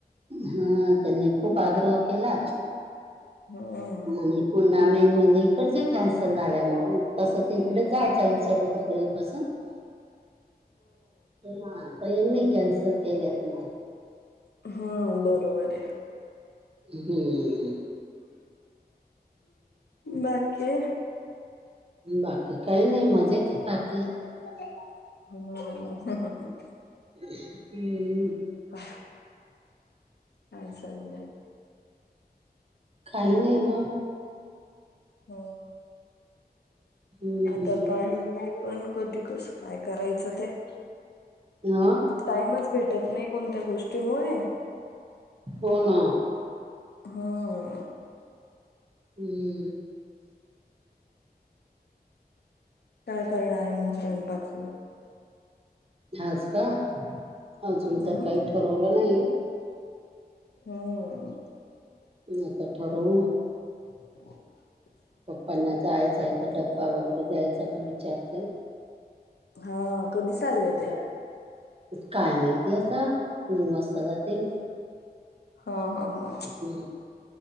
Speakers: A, on the right (about 35°); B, on the left (about 85°).
A: हा त्यांनी खूप आग्रह केला
B: हम्म
A: आणि पुन्हा मेन म्हणजे इकडच कॅन्सल झाल्यामुळे तसं तर इकडे जायचा विचार
B: हो
A: होता पहिले. तस हां त्यांनी कॅन्सल केले असणार
B: हम्म बरोबर आहे.
A: हम्म
B: बाकी
A: बाकी काही नाही मजेतय बाकी.
B: <inaudible>
A: हम्म
B: <inaudible> काय चालय?
A: काही नाही ग.
B: ह
A: हम्म
B: आता पाहीन मी पण. कधी कस काय करायचं ते.
A: हां
B: टाईमच भेटत नाही कोणत्या गोष्टीमुळे.
A: हो ना
B: हां
A: हम्म
B: काय करणार आहे मग स्वयंपाक?
A: आज का अजून
B: हम्म
A: तर काही ठरवलं नाही.
B: हम्म
A: आता ठरवू.
B: <inaudible>
A: पप्पांना जायचय तर डब्बा वेगैरे द्यायचा का विचारते.
B: हा कधी चालले ते?
A: काय माहिती आता नऊ वाजता जातील.
B: हो हो हो
A: हम्म